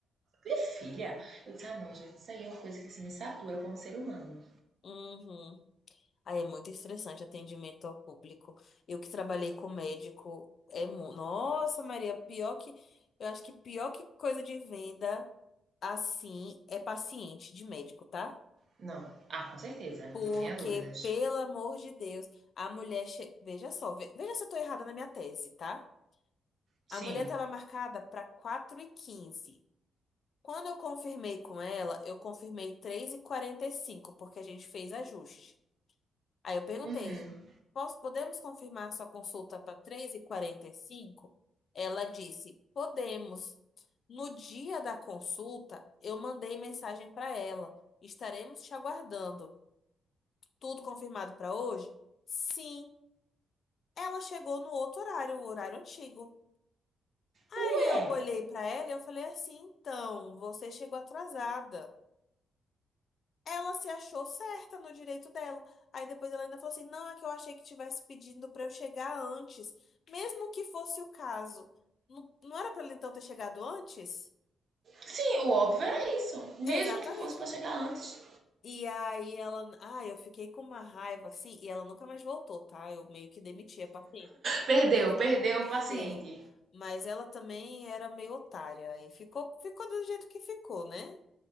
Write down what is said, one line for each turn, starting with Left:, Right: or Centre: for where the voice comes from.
Right: Minha filha. Eu disse, ah, não, gente, isso aí é uma coisa que assim, me satura como ser humano.
Left: Uhum. Aí é muito estressante atendimento ao público. Eu que trabalhei com médico, é mu... Nossa, Maria, pior que. Eu acho que pior que coisa de venda assim é paciente de médico, tá?
Right: Não. Ah, com certeza.
Left: Porque,
Right: Não tenha dúvidas.
Left: pelo amor de Deus, a mulher. Che... Veja só, ve- veja se eu tô errada na minha tese, tá?
Right: Sim.
Left: A mulher estava marcada para quatro e quinze. Quando eu confirmei com ela, eu confirmei três e quarenta e cinco, porque a gente fez ajuste. Aí eu perguntei:
Right: Uhum.
Left: "Posso- podemos confirmar sua consulta para três e quarenta e cinco? Ela disse: podemos. No dia da consulta, eu mandei mensagem para ela: estaremos te aguardando. Tudo confirmado para hoje? Sim. Ela chegou no outro horário, o horário antigo. Aí
Right: Ué.
Left: eu olhei pra ela e eu falei assim, então, você chegou atrasada. Ela se achou certa no direito dela. Aí depois ela ainda falou assim, não, é que eu achei que tivesse pedindo pra eu chegar antes, mesmo que fosse o caso. Não, não era pra ela então ter chegado antes?
Right: Sim, o óbvio era isso. Mesmo
Left: Exatamente.
Right: que fosse pra chegar antes.
Left: E aí ela, ai, eu fiquei com uma raiva assim, e ela nunca mais voltou, tá? Eu meio que demiti a paciente.
Right: Perdeu,
Left: E
Right: perdeu
Left: Perdeu.
Right: o paciente.
Left: Mas ela também era meio otária e ficou, ficou do jeito que ficou, né?